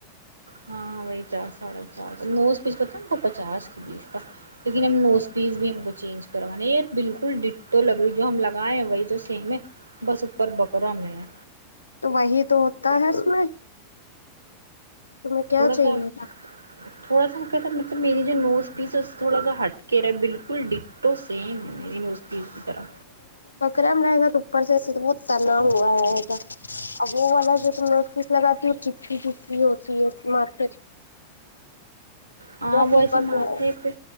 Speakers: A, on the right; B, on the left.
A: ہاں وہی چار ساڑھے چار نو اس بیچ پتا ن کو پچاس کی بیس کا لیکن ہم نوز پیس بھی ہم کو چینج کرا یہ بالکل ڈٹو لگ رہی جو ہم لگائے ہیں وہی سیم ہے بس ا پرب کر میں ہیں
B: تو وہی تو ہوتا ہے اس میں تمہیں کیا
A: تھوڑا
B: چاہیے
A: سا
B: تھا
A: تھوڑا سا کہتا مطلب میری جو نوز پیس ہے تھوڑا سا ہٹ کے رہا ہے بالکل ڈپ تو سم ہےیز کی طرح
B: م رہے گا تو اپر سے پت نہ ہوا ہے ہےگا اب وہ والا جو تم اس پیس لگاتی ہو چپکی چپکی ہوتی ہے ماتھ
A: ہاں وہ
B: چپک
A: ایسے مھے
B: گیا
A: پہ